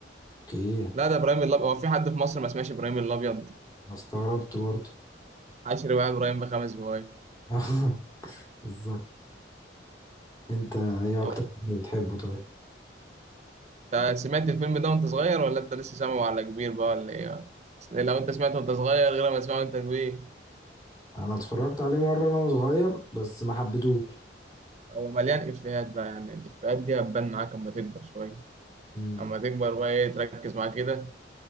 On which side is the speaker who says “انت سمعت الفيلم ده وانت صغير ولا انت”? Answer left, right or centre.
Right